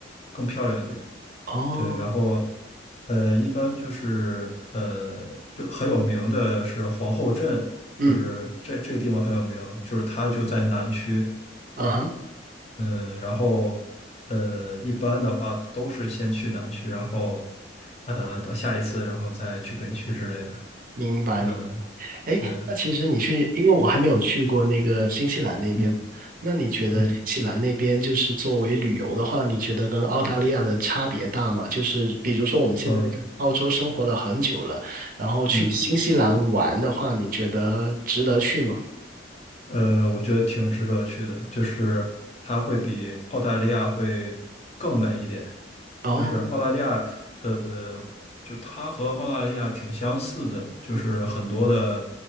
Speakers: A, on the left; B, on the right.
A: 更漂亮一点。
B: 哦，
A: 对，然后呃，一般就是呃，就很有名的是皇后镇，
B: 嗯，
A: 就是这这个地方很有名，就是它就在南区，
B: 嗯哼，
A: 嗯，然后呃，一般的话都是先去南区，然后呃，等下一次，然后再去北区之类的，
B: 明白明
A: 嗯，
B: 白。
A: 对，
B: 哎，那其实你去，因为我还没有去过那个新西兰那边，
A: 嗯
B: 那你觉得新西兰那边就是作为旅游的话，
A: 嗯
B: 你觉得跟澳大利亚的差别大吗？
A: 嗯
B: 就是比如说我们现在在澳洲生活了很久了，
A: 呃嗯。
B: 然后去新西兰玩的话，
A: 嗯
B: 你觉得值得去吗？
A: 呃，我觉得挺值得去的，就是它会比澳大利亚会更美一点。
B: 哦，
A: 就是澳大利亚的，就是它和澳大利亚挺相似的，就是很多的
B: 嗯